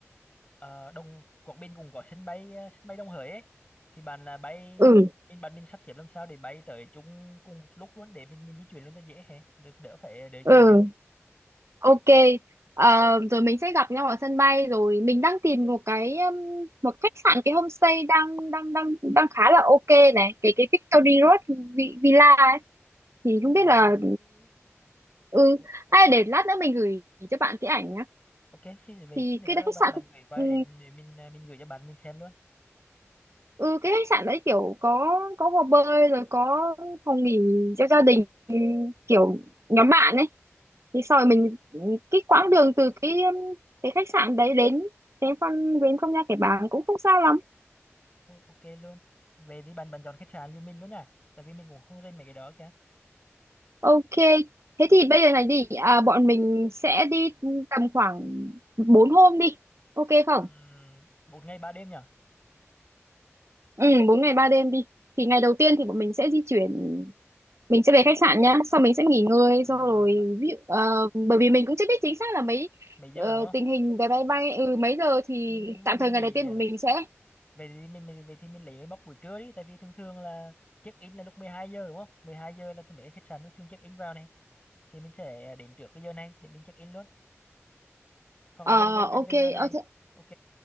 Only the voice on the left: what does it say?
Ờ, đông Quảng Bình cũng có sân bay ờ, sân bay Đông Hới ấy thì bạn là bay
mình bạn mình sắp xếp làm sao để bay tới chung cùng lúc luôn để mình mình di chuyển luôn cho dễ hè đỡ, đỡ phải đợi
chờ nhau
ờ,
o- o-
ok xin về
xin nữa
bạn
bạn
gửi qua
ảnh để mình ờ, mình gửi cho bạn mình xem luôn
Ô, ok luôn về thì bạn bạn chọn khách sạn lưu mình luôn nha tại vì mình cũng không rên mấy cái đó kìa
Ừm, một ngày ba đêm nhỉ
à,
mấy giờ
đúng không
nhưng mà
mình
nghỉ
Vậy thì mình, mình vậy thì mình lấy cái mốc buổi trưa đi tại vì thường thường là check in là lúc 12 giờ đúng không 12 giờ là thường mấy cái khách sạn nó thường check in vào này thì mình sẽ đến trước cái giờ này để mình check in luôn hoặc
là gần gần gần
cái giờ này
ok